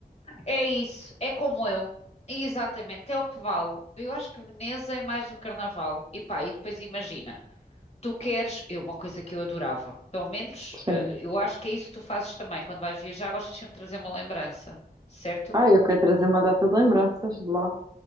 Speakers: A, on the left; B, on the right.
A: É isso, é como eu. Exatamente, é o que vale. Eu acho que Veneza é mais o carnaval. E pá, e depois imagina, tu queres, é uma coisa que eu adorava, pelo menos
B: Sim.
A: eh, eu acho que é isso que tu fazes também, quando vais viajar, gostas sempre de trazer uma lembrança, certo?
B: Ai, eu quero trazer uma data de lembranças de lá.